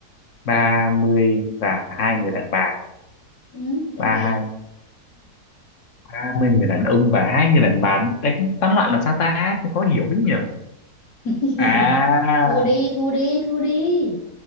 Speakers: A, on the left; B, on the left.
A: ba mươi và hai người đàn bà
B: Ừm, đánh
A: ba
B: ghen
A: hai ba mươi người đàn ông và hai người đàn bà đánh tán loạn là sao ta Thế khó hiểu lắm nhỉ
B: <laughs>
A: à
B: thua đi thua đi thua đi